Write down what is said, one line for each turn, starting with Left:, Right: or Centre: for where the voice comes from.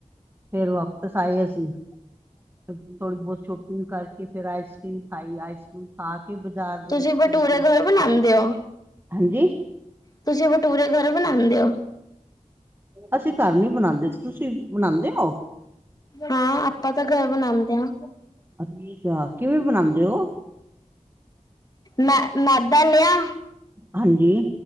Right: ਫਿਰ ਵਾਪਿਸ ਆਏ ਅਸੀ। ਫ ਥੋੜੀ ਬਹੁਤ ਸ਼ੋਪਿੰਗ ਕਰਕੇ ਫੇਰ ਆਏ ਸੀ, ਖਾਈ ਆਈਸਕ੍ਰੀਮ ਖਾ ਕੇ ਬਾਜ਼ਾਰ ਦੇ
Left: ਤੁਸੀ
Right: ਵਿੱਚ
Left: ਬਟੂਰੇ
Right: ਫੇਰ ਅਸੀਂ
Left: ਥੋਡੀ ਬਣਾਂਦੇ ਹੋ।
Right: ਹਾਂਜੀ?
Left: ਤੁਸੀ ਭਟੂਰੇ ਘਰੇ ਬਣਾਂਦੇ ਹੋ?
Right: ਅਸੀ ਘਰ ਨੀ ਬਣਾਂਦੇ, ਤੁਸੀ ਬਣਾਂਦੇ ਓ?
Left: ਹਾਂ, ਆਪਾਂ ਤਾਂ ਘਰ ਬਣਾਂਦੇ ਆਂ।
Right: ਅੱ, ਅੱਛਾ, ਕਿਵੇਂ ਬਣਾਂਦੇ ਹੋ?
Left: ਮੈ, ਮੈਦਾ ਲਿਆ
Right: ਹਾਂਜੀ